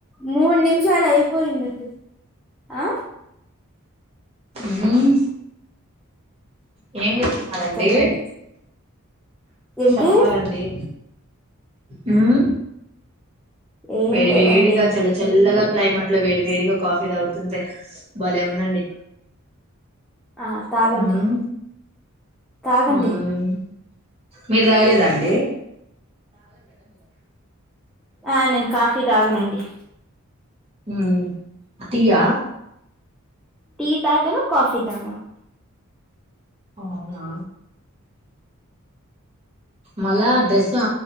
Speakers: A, in the centre; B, on the right.
A: మూడు నిమిషాలు అయిపోయిందండి ఆ
B: మ్మ్ ఇ ఏం చేస్తున్నారు అండి
A: చెప్పండి ఏంటి
B: చెప్పాలండి హ్మ
A: ఏం
B: వేడి
A: లేదండి
B: వేడిగా చల్ల చల్లగా డిమార్ట్ లో వేడి వేడిగా కాఫీ తాగుతుంటే బాలే ఉందండి
A: ఆ తాగండి
B: మ్మ్
A: తాగండి
B: మ్మ్ మీరు తాగలేదండి
A: ఆ నే కఫ్ టి దాగనండి
B: మ్మ్ అటియా
A: టీ తగను కాఫీ తాగాను
B: అవునా మళ్ళా డ్రెస్సు